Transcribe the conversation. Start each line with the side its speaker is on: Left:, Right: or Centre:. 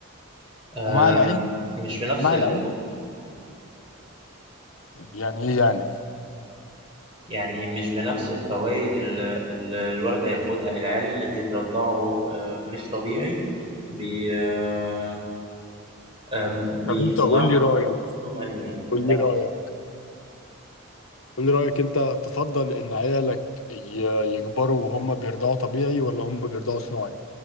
Right: آه
Left: ومع العلم
Right: مش بنفس
Left: مع
Right: ال...
Left: العلم يعني ايه يعني
Right: يعني مش بنفس الفوائد اللي اللي الولد هياخدها العيال اللي بيترضعوا آه مش طبيعي بي... آه آه بيطلع
Left: طب انت قول لي رايك
Right: عندهم انيميا
Left: قول
Right: ده
Left: لي رايك قول لي رايك انت تفضل ان عيالك ي- يكبروا وهم بيرضعوا طبيعي ولا هم بيرضعوا صناعي